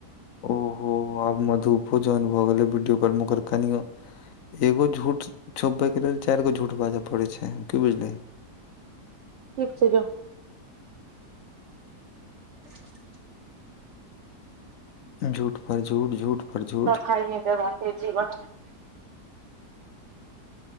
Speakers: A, on the left; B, on the right.
A: ओहो हो आब मधुपो ज्वाइन भऽ गेलै वीडियो कॉल मे कनियों एगो झूठ छोपबैके लेल चारि गो झूठ बाजऽ पड़ैत छै की बुझलही
B: ठीक छै जो <inaudible>
A: झूठ पर झूठ झूठ पर झूठ
B: पाई नहि देबा से जीवन